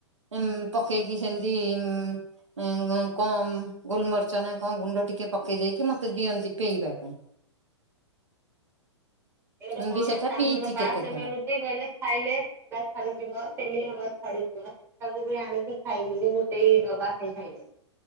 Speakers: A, on the right; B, on the right.
A: ଉମ ପକେଇକି ସେମିତି ଉଁ ଉଁ କ ଗୋଲମରିଚ ନା କଣ ଗୁଣ୍ଡ ଟିକେ ପକେଇ ଦେଇକି ମୋତେ ଦିଅନ୍ତି ପେଇବାକୁ ପାଇଁ।
B: ଏଇଟେ
A: ମୁଁ
B: କଣ
A: ବି ସେଟା
B: ଚାମଲ
A: ପିଇଛି
B: ପାସ
A: କେତେଥର
B: ମିଳୁ ସେ କହିଲେ ଖାଇଲେ <unintelligible> ଛାଡିଯିବ ତେଲି ହବା ଛାଡିଯିବ। ତାକୁ ବି ଆଣିକି ଖାଇଲିବି ଗୁଟେ ଡବା ଖାଇ ଖାଇ <unintelligible>